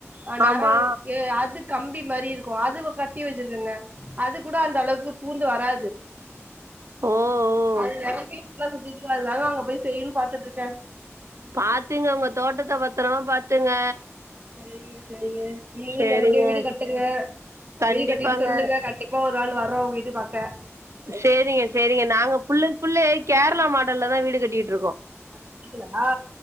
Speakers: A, on the right; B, on the right.
A: அ நேரோ
B: ஆமா
A: அது கம்பி மாரி இருக்கு அது கட்டி வச்சிருக்கங்க அது கூட அந்த அளவுக்கு பூந்து வராது
B: ஓ ஓ
A: அது எங்க வீட்ல சுத்திட்டு இருக்க அது தாங்க அங்க போயி செய்யுன் பாத்துட்ருக்க
B: பாத்துங்க உங்க தோட்டத்த பத்தரமா பாத்துங்க
A: செரிங்க செரிங்க நீங்க
B: சேரிங்க
A: நல்லபடியா வீடு கட்டுங்க
B: கண்டிப்பாங்க
A: வீடு கட்டிட்டு சொல்லுங்க கண்டிப் பா ஒரு நாள் வர்ரோ உங்க வீட்ட பாக்க
B: சேரிங்க சேரிங்க நாங்க ஃபுல்லன் ஃபுல்லு கேரளா மாடல்லதா வீடு கட்டிட்ருக்கோ
A: அப்டிங்ளா